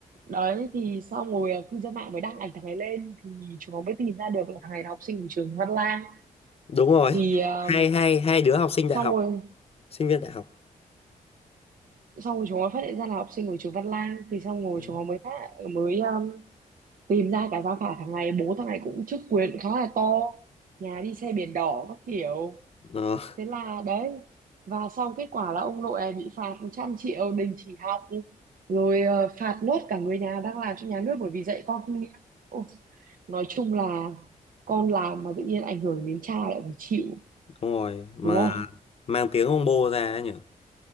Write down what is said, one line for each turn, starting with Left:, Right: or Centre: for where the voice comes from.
Right: đấy thì xong rồi à, cư dân mạng mới đăng ảnh thằng này lên thì chúng nó mới tìm ra được là thằng này là học sinh của trường Văn Lang
Left: đúng rồi
Right: thì à,
Left: hai hai hai đứa học sinh đại
Right: xong
Left: học
Right: rồi
Left: sinh viên đại học
Right: xong rồi chúng nó phát hiện ra là học sinh của trường Văn Lang thì xong rồi
Left: Đấy.
Right: chúng nó mới phát mới à, tìm ra cả gia phả thằng này bố thằng này cũng chức quyền khá là to nhà đi xe biển đỏ các kiểu
Left: ờ,
Right: thế là đấy và xong kết quả là ông nội này bị phạt trăm triệu đình chỉ học rồi ờ, phạt nốt cả người nhà đang làm cho nhà nước bởi vì dạy con không nghiêm Ôi, nói chung là con làm mà tự nhiên ảnh hưởng đến cha lại phải chịu
Left: đúng rồi mà
Right: đúng không
Left: mang tiếng ông bô ra ấy nhỉ